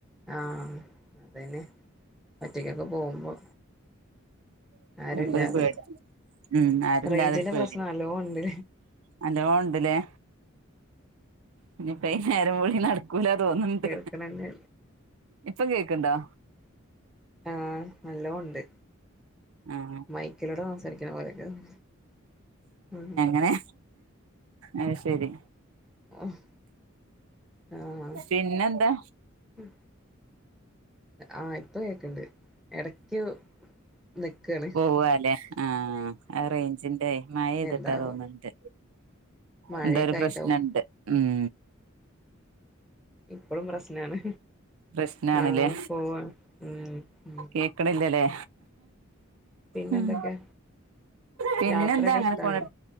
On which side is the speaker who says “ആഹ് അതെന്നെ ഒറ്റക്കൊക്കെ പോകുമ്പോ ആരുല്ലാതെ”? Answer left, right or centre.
Centre